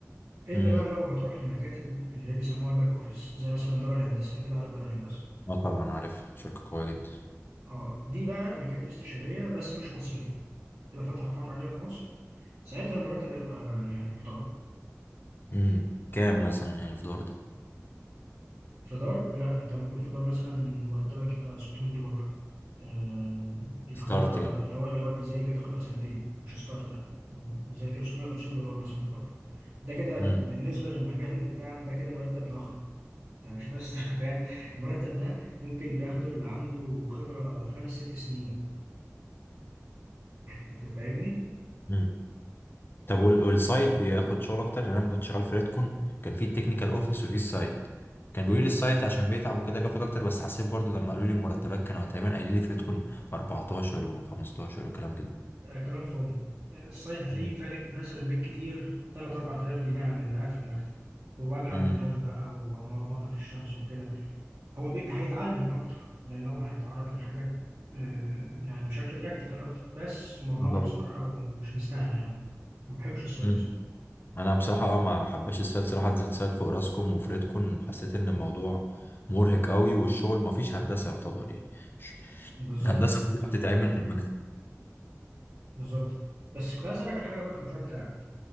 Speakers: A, on the right; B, on the left.
A: إلا
B: امم
A: بقى لو هتروح لمكاتب اللي هي بيسموها الباك أوفيس زي مثلا دار الهندسة أكيد عارف دار الهندسة
B: اه طبعا عارف شركه قويه جدا
A: اه دي بقى مكاتب استشارية بس مش مصرية تبقى فاتحة فرع عليها في مصر ساعتها المرتب يبقى يعني محترم
B: امم كام مثلا يعني في دور دي
A: فدار لا انت ممكن فدار مثلا مرتبك يبقى 600 دولار آه الخبره
B: ستارت يعني
A: الاول الاول اللي زي كده خبره سنتين مش ستارت لا آه زي كده 650 دولار مثلا فدار ده كده
B: امم
A: بالنسبه للمجال بتاعنا ده كده مرتب ضخم يعني عشان بس <laughs> تبقى فاهم المرتب ده ممكن بياخده اللي عنده خبره خمس ست سنين انت فاهمني
B: امم طب وال- والسايت بياخد شغل اكتر لان انا لما كنت شغال في ريدكون كان في التكنيكال اوفيس وفي السايت كان بيقولوا لي السايت عشان بيتعب وكده بياخد اكتر بس حسيت برضو لما قالوا لي المرتبات كانوا تقريبا قايلين لي في ريدكون 14 و15 وكلام كده
A: آه كلام فاضي آه، السايت هتلاقيه
B: مم.
A: فارق مثلا بالكتير 3 4000 جنيه عن اللي قاعد في المكتب ووجع
B: امم
A: دماغ بقى ومرمطه في الشمس وكده هو بي... هيتعلم اكتر لان هو هيتعرض للحاجات آه، يعني بشكل براكتيكال اكتر بس مرمطه
B: آه طبعا
A: بصراحه ومش مستاهله يعني ما بحبش الصيد
B: امم
A: بصراحه
B: انا بصراحه اه ما حبيتش السايت صراحه نزلت سايت في اوراسكوم وفي ريدكون حسيت ان الموضوع مرهق قوي والشغل ما فيش هندسه يعتبر يعني ش-
A: بالظبط
B: الهندسه كلها
A: بالظبط
B: بتتعمل
A: آه،
B: في المكتب
A: بالظبط بس كنت عايز اسالك على حاجه بقى في المشروع بتاعك